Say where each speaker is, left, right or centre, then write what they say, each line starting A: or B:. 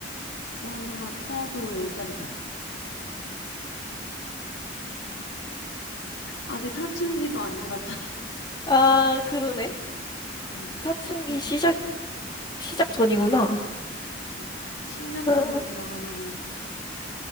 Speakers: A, on the left; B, on the left.
A: 주원이가 커도 10살이잖아. 아직 사춘기도 안 지났잖아.
B: 아, 그러네.
A: <laughs> 어,
B: 사춘기
A: 그래서,
B: 시작, 시작 전이구나.
A: 그치. 10년
B: 아,
A: 전으로 돌아가면은